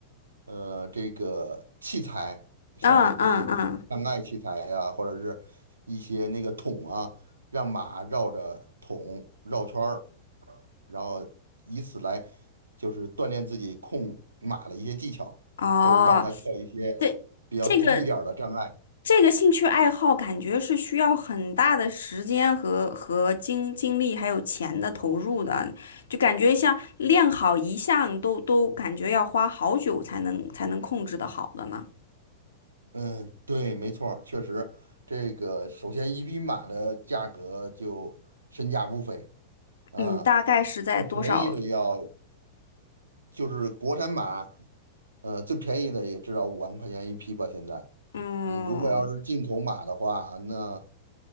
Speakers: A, on the right (about 80°); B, on the left (about 70°).
A: 呃，这个器材，像一些障碍器材呀、
B: 嗯嗯嗯，
A: 或者是一些那个桶啊，让马绕着桶绕圈儿，然后以此来就是锻炼自己控马的一些技巧，
B: 哦，
A: 或者让它跳一些
B: 对，
A: 比较低一点儿的障碍。
B: 这个这个兴趣爱好感觉是需要很大的时间和和精精力还有钱的投入的，就感觉像练好一项都都感觉要花好久才能才能控制的好的呢。
A: 嗯，对，没错儿确实，这个首先一匹马的价格就身价不菲啊，
B: 嗯，大概是在多少？
A: 最便宜的要就是国产马，呃，最便宜的也至少五万块钱一匹吧。现在，
B: 嗯，
A: 你如果要是进口马的话，那